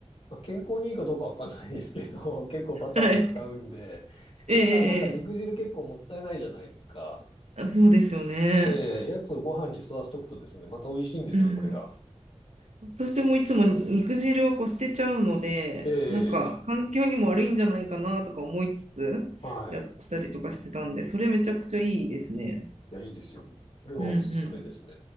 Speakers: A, on the left; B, on the right.
A: まあ、健康にいいかどうかわかんないですけど、<laughs> 結構バターも使うんで、
B: はい。ええ。
A: ただなんか肉汁結構もったいないじゃないですか。
B: ええあそうですよね。
A: ええ、やつをご飯に吸わしとくとですね、また美味しいんですね、
B: うん。
A: これが。
B: 私もいつも肉汁はこう捨てちゃうので、
A: え
B: なんんか環境にも悪いんじゃないかなとか思いつつやってたりとかしてたんで、
A: え、はい。い
B: それめちゃくちゃいいですね。
A: や、いいですよ。これはおすすめですね。
B: うんう